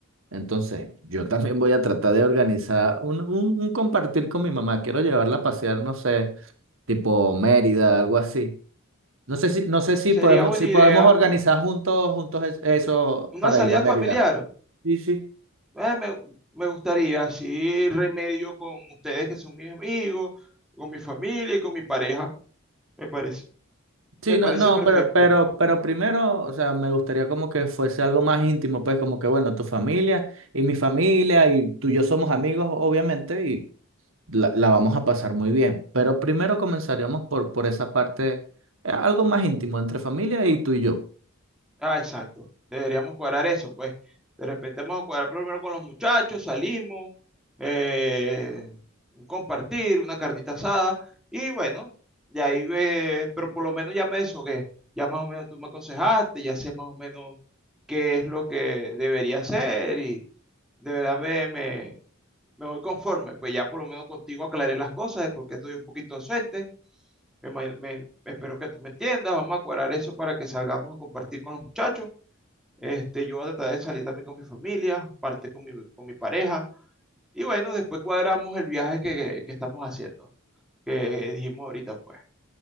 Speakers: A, on the right; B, in the centre.
A: Entonces, yo también voy a tratar de organizar un, un- un compartir con mi mamá. Quiero llevarla a pasear, no sé, tipo Mérida, algo así. No sé si, no sé si
B: Sería
A: podemos,
B: buena
A: si podemos
B: idea
A: organizar juntos, juntos es- eso
B: una
A: para
B: salida
A: ir a Mérida.
B: familiar.
A: Sí, sí.
B: Eh, me, me gustaría, así remedio con ustedes que son mis amigos, con mi familia y con mi pareja. Me parece,
A: Sí,
B: me parece
A: no, no,
B: perfecto.
A: pero, pero, pero primero, o sea, me gustaría como que fuese algo más íntimo, pues como que, bueno, tu familia y mi familia y tú y yo somos amigos, obviamente, y la, la vamos a pasar muy bien. Pero primero comenzaríamos por, por esa parte, eh, algo más íntimo entre familia y tú y yo.
B: Ah, exacto. Deberíamos cuadrar eso, pues. De repente vamos a cuadrar primero con los muchachos, salimos, eh, un compartir, una carnita asada. Y bueno, de ahí ve, pero por lo menos ya me deshogué. Ya más o menos tú me aconsejaste, ya sé más o menos qué es lo que debería hacer y de verdad me, me- me voy conforme, pues ya por lo menos contigo aclaré las cosas de por qué estoy un poquito ausente. Me, me- espero que tú me entiendas. Vamos a cuadrar eso para que salgamos a compartir con los muchachos. Este, yo voy a tratar de salir también con mi familia, parte con mi, con mi pareja. Y bueno, después cuadramos el viaje que, que- que estamos haciendo, que dijimos ahorita, pues.